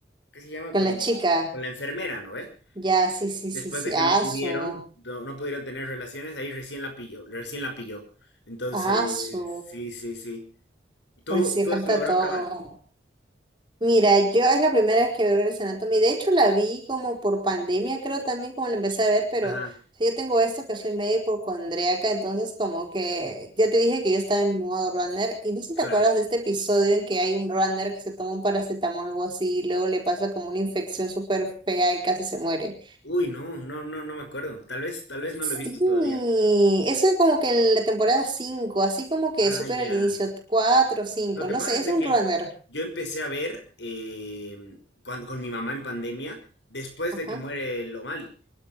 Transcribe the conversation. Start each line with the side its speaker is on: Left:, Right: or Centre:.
Left: ¿qué se llama?
Right: Con
Left: Con
Right: la
Left: la,
Right: chica.
Left: con la enfermera, ¿no ve?
Right: Ya, sí, sí,
Left: después
Right: sí, sí.
Left: de que
Right: Asu,
Left: no pudieron, no, no pudieron tener relaciones, ahí recién la pilló, recién la pilló. Entonces,
Right: asu.
Left: sí, sí, sí. ¿Tú,
Right: Pues sí,
Left: tú
Right: falta
Left: has logrado
Right: todo.
Left: acabar?
Right: Mira, yo es la primera vez que veo Grey's Anatomy. De hecho, la vi como por pandemia, creo también como la empecé a ver, pero
Left: Ajá,
Right: o sea, yo tengo esto que soy medio hipocondríaca, entonces como que ya te dije que yo estaba en modo runner. Y no sé si
Left: claro.
Right: te acuerdas de este episodio en que hay un runner que se toma un paracetamol o algo así y luego le pasa como una infección súper fea y casi se muere.
Left: Uy, no, no, no, no me acuerdo. Tal vez, tal vez no lo he visto
Right: Sí,
Left: todavía.
Right: eso es como que en la temporada 5, así como que
Left: Ah,
Right: supera
Left: ya.
Right: al inicio 4 o 5,
Left: Lo que
Right: no
Left: pasa
Right: sé,
Left: es
Right: es
Left: de
Right: un
Left: que
Right: runner.
Left: yo empecé a ver eh, cuando, con mi mamá en pandemia, después
Right: Ajá.
Left: de que muere Lomali.